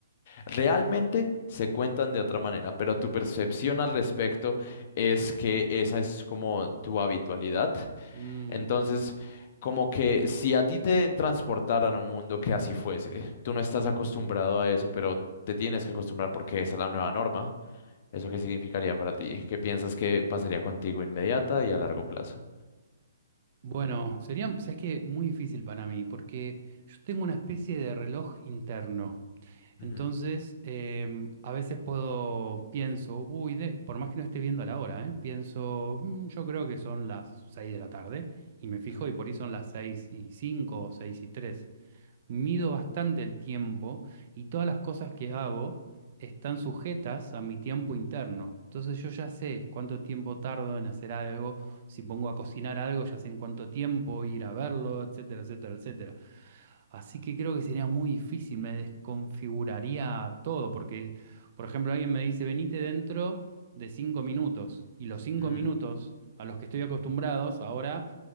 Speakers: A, on the left; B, on the right.
A: Realmente se cuentan de otra manera, pero tu percepción al respecto es que esa es como tu habitualidad.
B: Mm.
A: Entonces, como que si a ti te transportaran a un mundo que así fuese, tú no estás acostumbrado a eso, pero te tienes que acostumbrar porque esa es la nueva norma. ¿Eso qué significaría para ti? ¿Qué piensas que pasaría contigo inmediata y a largo plazo?
B: Bueno, sería, sabes que muy difícil para mí, porque yo tengo una especie de reloj interno. Entonces,
A: Ujú,
B: em, a veces puedo, pienso, uy, de- por más que no esté viendo la hora, ¿eh? Pienso, "Mm, yo creo que son las 6 de la tarde, y me fijo,
A: ujú,
B: y por ahí son las 6 y 5 o 6 y tres mido bastante el tiempo y todas las cosas que hago están sujetas a mi tiempo interno. Entonces yo ya sé cuánto tiempo tardo en hacer algo, si pongo a cocinar algo, ya sé en cuánto tiempo ir a verlo, etcétera, etcétera, etcétera. Así que creo que sería muy difícil, me desconfiguraría todo, porque, por ejemplo, alguien me dice, venite dentro de cinco minutos, y los cinco
A: ujú.
B: minutos a los que estoy acostumbrados ahora